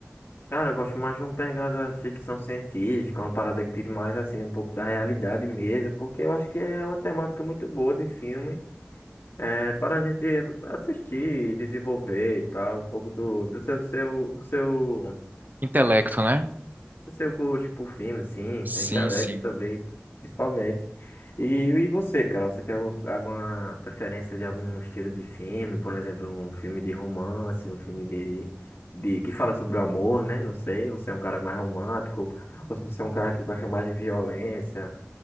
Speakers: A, on the left; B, on the right.
A: Cara, eu gosto mais de uma pegada ficção científica, uma parada que tire mais, assim, um pouco da realidade mesmo, porque eu acho que é uma temática muito boa de filme, é, para a gente assistir, desenvolver e tal, um pouco do, do seu, seu, do seu,
B: Intelecto, né?
A: do seu gosto por filmes, sim,
B: Sim,
A: seu intelecto
B: sim.
A: também, principalmente. E, e você, cara, você tem algum- alguma preferência de algum estilo de filme? Por exemplo, um filme de romance, um filme de, de que fala sobre o amor, né? Não sei, você é um cara mais romântico, ou se você é um cara que gosta mais de violência,